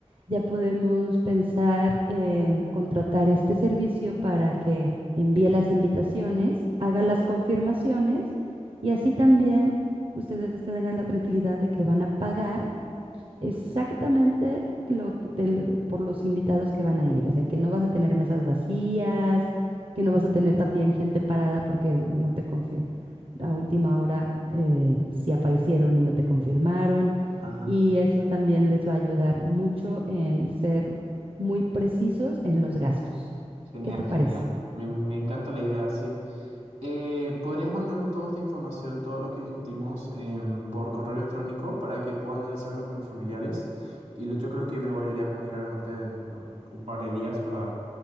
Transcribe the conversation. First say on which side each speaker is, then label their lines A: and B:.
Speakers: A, on the right (about 50°); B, on the right (about 75°).
A: ya podemos pensar en contratar este servicio para que envíe las invitaciones, haga las confirmaciones y así también ustedes tengan la tranquilidad de que van a pagar Exactamente lo, que- del- por los invitados que van a ir. O sea, que no vas a tener mesas vacías, que no vas a tener también gente parada porque no te confirmaron. A última hora eh, si aparecieron y no te confirmaron.
B: Ajá,
A: Y eso también les va a ayudar mucho en ser muy precisos en los gastos.
B: genial,
A: ¿Qué te parece?
B: genial. Me, me encanta la idea, sí. Eh, ¿podrías mandarme toda esta información, todo lo que discutimos em, por correo electrónico para que pueda analizarlo con mis familiares? Y lo- yo creo que me volvería a comunicar con usted en un par de días para